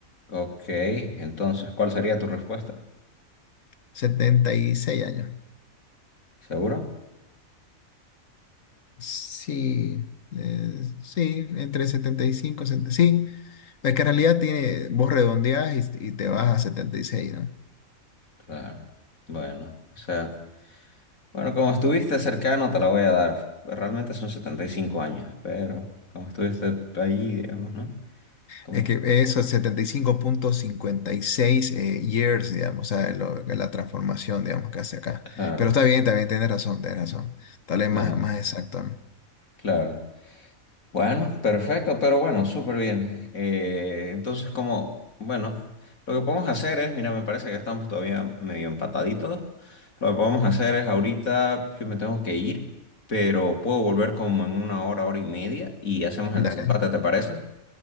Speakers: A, on the left; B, on the left.
A: Ok, entonces, ¿cuál sería tu respuesta?
B: 76 años.
A: ¿Seguro?
B: Sí, eh, sí, entre 70 y cinco y setenta. sí. Es que en realidad tiene, vos redondeás y, y te vas a 76, ¿no?
A: Claro. Bueno, o sea, bueno, como estuviste cercano, te la voy a dar. Realmente son 75 años, pero como estuviste ahí, digamos, ¿no? Como,
B: Es que eso es 75.56 eh, years, digamos, o sea, lo- la transformación, digamos, que hace acá.
A: claro,
B: Pero está bien, también tienes razón, tienes razón. Tal vez
A: ya,
B: más, más exacto, ¿no?
A: claro. Bueno, perfecto, pero bueno, súper bien. Eh, entonces, como, bueno, lo que podemos hacer es, mira, me parece que estamos todavía medio empataditos. Lo que podemos hacer es ahorita, yo me tengo que ir, pero puedo volver como en una hora, hora y media y hacemos
B: Dale.
A: el desempate, ¿te parece?